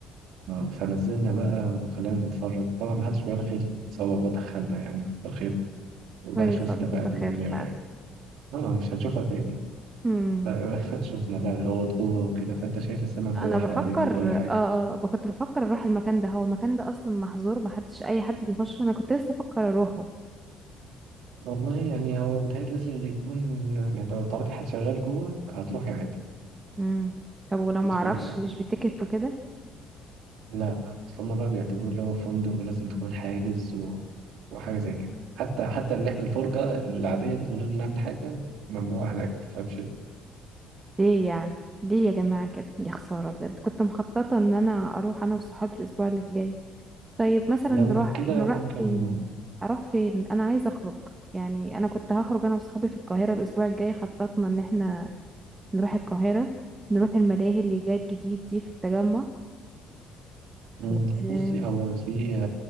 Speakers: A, on the right (about 75°); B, on the right (about 20°).
A: آه، فنزلنا بقى خلينا نتفرج طبعا محدش بيعرف خير سوا بقى دخلنا يعني كتر خيره وبقى
B: كويس
A: شفنا
B: والله
A: بقى
B: كتر
A: ال-
B: خير فعلا
A: اه آه، مش هنشوفها تاني
B: امم
A: ف- <laughs> شفنا بقى الأوض جوه وكده فأنت شايف السمك
B: انا
A: وهو حواليك
B: بفكر
A: وكل حاجة
B: اه اه ب- كنت بفكر اروح المكان ده هو المكان ده اصلا محظور ما حدش اي حد بيخش انا كنت لسه بفكر اروحه
A: والله يعني هو بيتهيألي لازم يكون يعني لو تعرفي حد شغال جوه هتروحي عادي
B: امم طب ولو
A: تدخلي
B: ما اعرفش
A: يعني
B: مش بتيكت وكده
A: لا اصل هما بقى بيعتبروه اللي هو فندق ولازم تكون حاجز و... وحاجه زي كده حتى حتى اللي احنا الفرجه العاديه من غير ما نعمل حاجه ممنوع هناك ما تفهمش ليه.
B: ليه يعني ليه يا جماعة كده يا خسارة بجد كنت مخططة ان انا اروح انا وصحابي الاسبوع اللي جاي طيب مثلا
A: لو
B: نروح
A: كده
B: نروح
A: ممكن
B: فين اروح فين انا عايزة اخرج يعني انا كنت هخرج انا وصحابي في القاهرة الاسبوع الجاي خططنا ان احنا نروح القاهرة نروح الملاهي اللي جات جديد دي في التجمع
A: مم.
B: و... الم...
A: بصي هو في